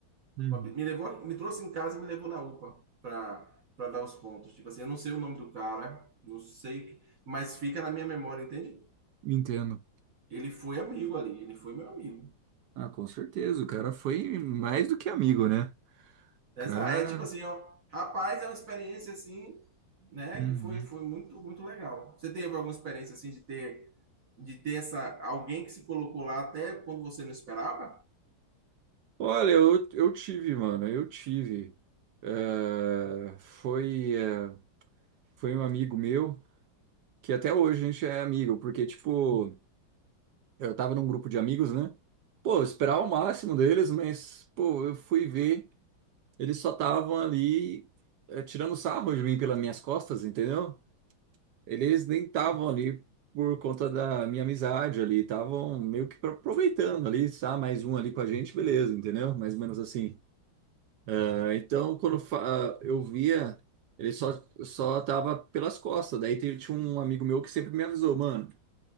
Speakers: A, on the right (about 75°); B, on the right (about 45°).
A: uhum.
B: me levou, me trouxe em casa e me levou na UPA para para dar os pontos. Tipo assim, eu não sei o nome do cara, não sei, mas fica na minha memória, entende?
A: Entendo.
B: Ele foi amigo ali, ele foi meu amigo.
A: Ah, com certeza. O cara foi mais do que amigo, né?
B: Essa,
A: O cara.
B: é tipo assim, ó, rapaz, é uma experiência assim, né,
A: Uhum.
B: que foi foi muito muito legal. Você teve alguma experiência assim de ter de ter essa alguém que se colocou lá até quando você não esperava?
A: Olha, eu, eu tive, mano. Eu tive. É, foi, é, foi um amigo meu, que até hoje a gente é amigo, porque, tipo, eu tava num grupo de amigos, né? Pô, eu esperava o máximo deles, mas, pô, eu fui ver. Eles só estavam ali eh, tirando sarro de mim pelas minhas costas, entendeu? Eles nem estavam ali por conta da minha amizade ali, estavam meio que aproveitando ali, tá? Mais um ali com a gente, beleza, entendeu? Mais ou menos assim. Ah, então, quando fa- ah, eu via, ele só, só tava pelas costas. Daí te- tinha um amigo meu que sempre me avisou, mano,